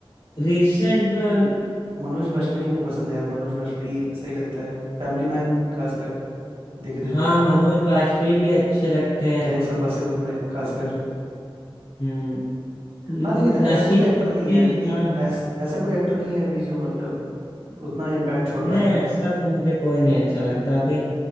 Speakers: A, on the left; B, on the right.
A: रिसेंट में
B: मनोज बाजपेयी हमको पसंद है यार मनोज बाजपेयी सही लगता है फैमिली मैन खासकर देखे थे
A: हाँ
B: जब तो
A: मनोज बाजपेयी भी अच्छे लगते हैं
B: गैंग ऑफ वासेपुर में खासकर
A: हम्म नसीब
B: हाँ लेकिन ऐसा
A: नसीब
B: कोई एक्टर
A: उद्दीन
B: नहीं है
A: शाह
B: नहीं ऐस, ऐसा कोई एक्टर नहीं है अभी जो मतलब उतना इम्पैक्ट छोड़ पाया
A: नहीं
B: नहीं
A: ऐसा तो मुझे कोई नहीं अच्छा लगता अभी